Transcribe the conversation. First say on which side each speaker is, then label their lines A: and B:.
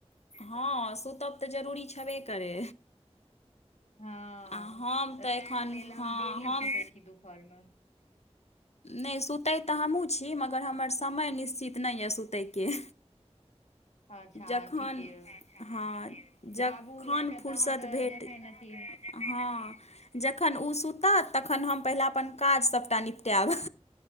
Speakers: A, on the left (about 70°); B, on the left (about 80°).
A: हँ सुतब तऽ जरूरी छबे करै।
B: हँ
A: आ हम
B: तऽ ते
A: एखन
B: लेल
A: हँ
B: हम डेली
A: हम
B: सुतै छी दुपहरमे।
A: नै सुतय तऽ हमहुँ छी मगर हमर समय निश्चित नै यऽ सुतयके।
B: अच्छा
A: जखन
B: ठीके
A: हँ जखन
B: बाबू लए कऽ
A: फुुरसत
B: तऽ अहाँके
A: भेट।
B: जखन अथी
A: हँ। जखन ओ सुतत तखन हम पहिला अपन काज सबटा निपटाब।